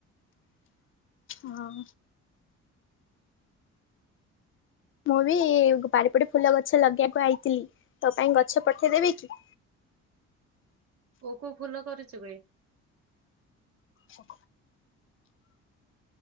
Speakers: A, on the left (about 45°); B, on the right (about 50°).
A: ହଁ। ମୁଁ ବି ବାଡ଼ି ପଟେ ଫୁଲ ଗଛ ଲଗେଇବାକୁ ଆଇଥିଲି ତୋ ପାଇଁ ଗଛ ପଠେଇଦେବି କି?
B: କୋଉ କୋଉ ଫୁଲ କରିଥିବେ?
A: ସୁ।